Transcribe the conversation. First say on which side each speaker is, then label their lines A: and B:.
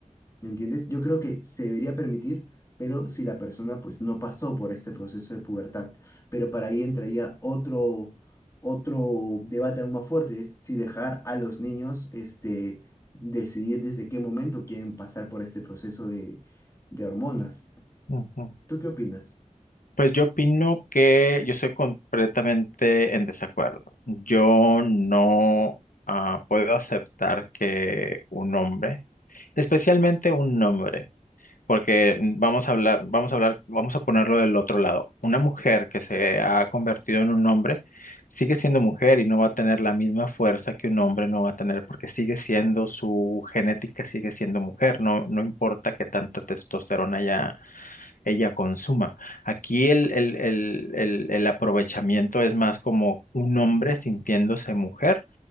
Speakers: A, on the left; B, on the left.
A: ¿Me entiendes? Yo creo que se debería permitir, pero si la persona pues no pasó por este proceso de pubertad. Pero para ahí entraría otro, otro debate aún más fuerte, es si dejar a los niños este, decidir desde qué momento quieren pasar por este proceso de, de hormonas.
B: ujú.
A: ¿Tú qué opinas?
B: Pues yo opino que yo soy completamente en desacuerdo. Yo no ah, puedo aceptar que un hombre, especialmente un hombre, porque vamos a hablar, vamos a hablar, vamos a ponerlo del otro lado. Una mujer que se ha convertido en un hombre sigue siendo mujer y no va a tener la misma fuerza que un hombre no va a tener porque sigue siendo su genética, sigue siendo mujer, no, no importa que tanta testosterona ella, ella consuma. Aquí el, el, el, el, el aprovechamiento es más como un hombre sintiéndose mujer,